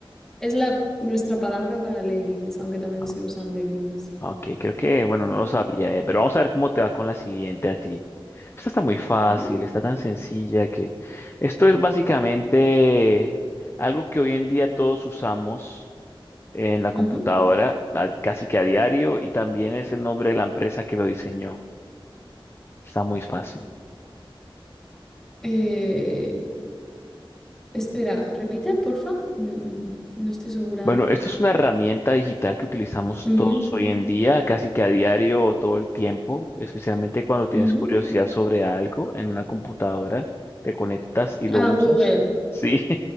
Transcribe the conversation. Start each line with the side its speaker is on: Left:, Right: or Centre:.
Centre: Es la, nuestra palabra para leggings, aunque también
Left: Ah,
Centre: se usan leggings.
Left: ah, Ok, creo que, bueno,
Centre: Ujú,
Left: no lo sabía, eh, pero vamos a ver cómo te va con la siguiente a ti. Esta está muy fácil,
Centre: ujú,
Left: está tan sencilla que esto es básicamente algo que hoy en día todos usamos en la
Centre: ujú.
Left: computadora, a- casi que a diario, y también es el nombre de la empresa que lo diseñó. Está muy fácil.
Centre: Eh, espera, repite, porfa. Me- mm, no estoy segura.
Left: Bueno, esto es una herramienta digital que utilizamos
Centre: Ujú,
Left: todos hoy en día, casi que a diario o todo el tiempo, especialmente cuando tienes
Centre: ujú.
Left: curiosidad sobre algo en una computadora, te conectas y lo
Centre: Ah,
Left: usas.
Centre: Google.
Left: Sí,